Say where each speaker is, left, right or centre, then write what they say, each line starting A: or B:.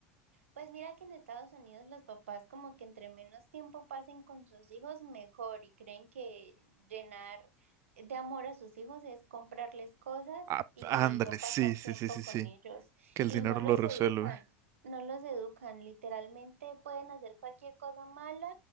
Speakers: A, on the right; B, on the right.
A: Pues mira que en Estados Unidos los papás como que entre menos tiempo pasen con sus hijos mejor y creen que llenar de amor a sus hijos es comprarles cosas
B: Ah,
A: y
B: ándale,
A: no pasar
B: sí, sí,
A: tiempo
B: sí, sí,
A: con
B: sí.
A: ellos
B: Que el
A: y
B: dinero
A: no los
B: lo resuelve.
A: educan, no los educan, literalmente pueden hacer cualquier cosa mala